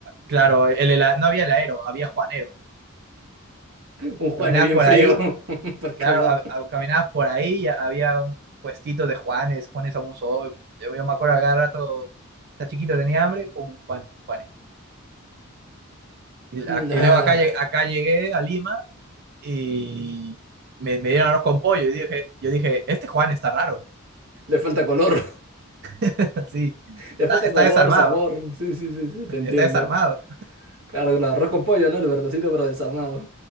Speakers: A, on the right; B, on the right.
A: claro, el hela- no había heladero, había Juanero,
B: Un Juan
A: caminabas
B: es bien
A: por
B: frío
A: ahí
B: <laughs> para el
A: Claro,
B: calor.
A: a- a- caminabas por ahí y había un puestito de Juanes, Juanes Amunzo. Yo, yo me acuerdo cada rato, está chiquito, tenía hambre, pum, Juan, Juanes. Y, la-
B: Mm,
A: y
B: ah,
A: luego acá, lle- acá llegué a Lima y me, me dieron arroz con pollo y dije, yo dije, este Juan está raro,
B: le falta color, <laughs>
A: <laughs> sí,
B: le
A: está,
B: falta
A: está
B: color,
A: desarmado,
B: sabor. Sí, sí, sí, sí, te entiendo.
A: está desarmado.
B: Claro, claro, arroz con pollo, ¿no? El verdacito pero desarmado.